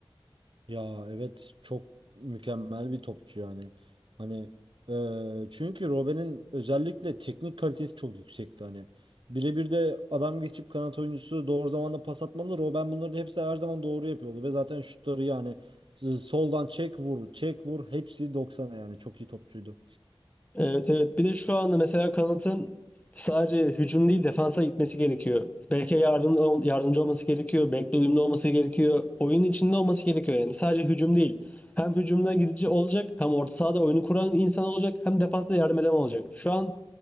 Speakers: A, on the right; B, on the left.
A: Ya evet çok mükemmel bir topçu yani. Hani e, çünkü Robben'in özellikle teknik kalitesi çok yüksekti hani. Birebir de adam geçip kanat oyuncusu doğru zamanda pas atmalı. Robben bunların hepsi her zaman doğru yapıyordu ve zaten şutları yani e, soldan çek vur, çek vur hepsi 90'a yani çok iyi topçuydu.
B: Evet evet. Bir de şu anda mesela kanatın sadece hücum değil defansa gitmesi gerekiyor. Belki yardım, yardımcı olması gerekiyor. Bekle uyumlu olması gerekiyor. Oyunun içinde olması gerekiyor yani. Sadece hücum değil. Hem hücumda gidici olacak hem orta sahada oyunu kuran insan olacak hem defansta yardım eden olacak. Şu an